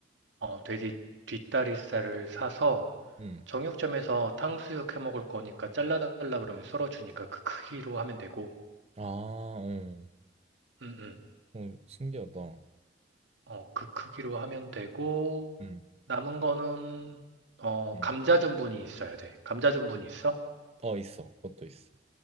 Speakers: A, on the right; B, on the right.
A: 어, 돼지 뒷다리살을 사서
B: 음.
A: 정육점에서 탕수육 해 먹을 거니까 잘라달라 그러면 썰어주니까 그 크기로 하면 되고,
B: 아, 어,
A: 음, 음.
B: 어, 신기하다.
A: 어, 그 크기로 하면 되고,
B: 음,
A: 남은 거는, 어,
B: 음.
A: 감자 전분이 있어야 돼. 감자 전분이 있어?
B: 어, 있어. 그것도 있어.